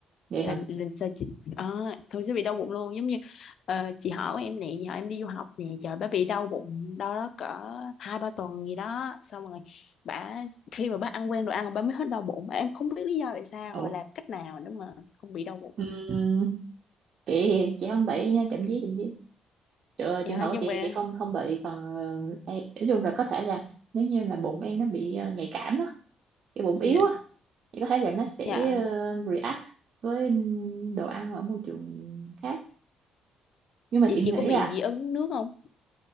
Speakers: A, on the right; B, on the left.
A: vậy
B: làm
A: hả
B: làm sao chị à, thường sẽ bị đau bụng luôn giống như ờ, chị họ của em nè giờ em đi du học nè trời bà bị đau bụng đau đó cỡ hai ba tuần gì đó xong rồi bà khi mà bà ăn quen đồ ăn bà mới hết đau bụng em không biết lý do tại sao
A: ủa
B: làm cách nào nữa mà không bị đau bụng
A: ừ chị chị không bậy nha chậm chí chậm chí Trừ-
B: dạ
A: trường hợp
B: nhưng
A: của chị
B: mà
A: thì chị không không bị còn ờ, em, nói chung là có thể là nếu như mà bụng em nó bị ờ, nhạy cảm á cái bụng
B: dạ
A: yếu á thì có thể là nó sẽ
B: dạ
A: ờ, react với ừm, đồ ăn ở môi trường khác nhưng mà
B: vậy
A: chị
B: chị
A: nghĩ
B: có bị
A: là
B: dị ứng nước không